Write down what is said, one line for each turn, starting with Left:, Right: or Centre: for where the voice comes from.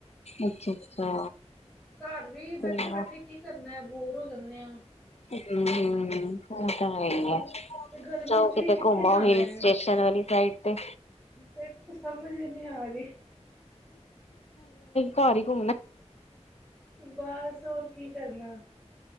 Left: ਅੱਛਾ ਅੱਛਾ।
Centre: ਘਰ ਵੀ ਬੈਠੇ
Left: ਹਮ
Centre: ਬੈਠੇ ਕੀ ਕਰਨਾ ਬੋਰ ਹੋ ਜਾਂਣੇ ਆਂ।
Left: ਹਮ ਹਮ ਇਹ ਤਾ ਹੈ
Centre: ਹਮ
Left: ਹੀ ਐ
Centre: ਤੇ ਗਰਮੀ
Left: ਜਾਓ
Centre: ਚ ਵੀ
Left: ਕਿਤੇ
Centre: ਕਿੱਥੇ
Left: ਘੁੰਮ
Centre: ਜਾਣਾ
Left: ਆਓ ਹਿਲ
Centre: ਹੈ
Left: ਸਟੇਸ਼ਨ ਵਾਲੀ ਸਾਈਡ ਤੇ।
Centre: ਦੇਖੋ ਸਮਝ ਹੀ ਨਹੀਂ ਆਰੀ।
Left: ਘਰ ਹੀ ਘੁਮਣਾ।
Centre: ਬਸ ਹੋਰ ਕੀ ਕਰਨਾ।